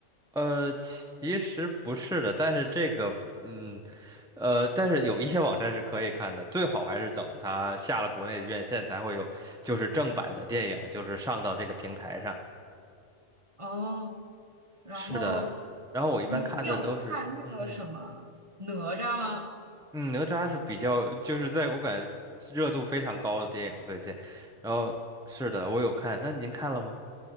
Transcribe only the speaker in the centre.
呃，其实不是的，但是这个，嗯。呃，但是有一些网站是可以看的，最好还是等它下了国内的院线才会有，就是正版的电影，就是上到这个平台上。
是的，然后我一般看的都是，
嗯嗯嗯，哪吒是比较，就是在我感觉热度非常高的电影最近。然后是的，我有看，那您看了吗？